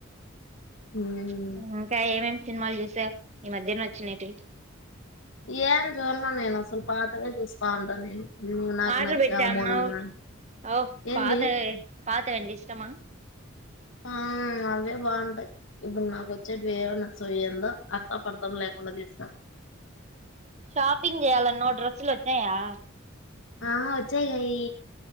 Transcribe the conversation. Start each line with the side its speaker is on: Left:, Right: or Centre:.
Left: మ్మ్
Right: ప్చ్ ఇంకా ఏమేమి సినిమాలు జాసావ్ ఈ మధ్యన వచ్చినేటివి
Left: ఏం జుర్నన్ నేను అస్ అసలు పాతవే చూస్తా ఉంటాను. నేను నువ్వు నాకు
Right: ఆర్డర్
Left: నచ్చావ్
Right: పెట్టా అన్నావ్
Left: మోన్నా
Right: ఓ
Left: ఏంది.
Right: పాతవి పాతవంటే ఇష్టమా
Left: ఆ మ్ అవే బాగుంటాయ్, ఇప్పుడు నాకు వచ్చేటివి ఏం నచ్చవ్ ఏందో అర్థపర్తం లేకుండా దీస్తారు.
Right: షాపింగ్ చేయాలన్నో డ్రెస్లు వచ్చాయా
Left: ఆ వచ్చాయి గాయి